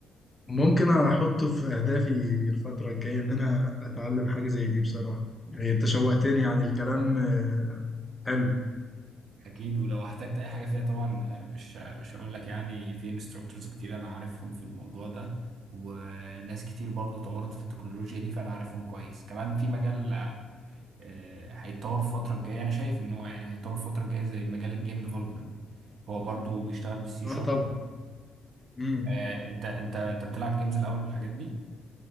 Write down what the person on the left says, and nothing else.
ممكن احطه في اهدافي الفتره الجايه ان انا اتعلم حاجه زي دي بصراحه
يعني انت شوقتني يعني الكلام آه، حلو
اه
طبعا امم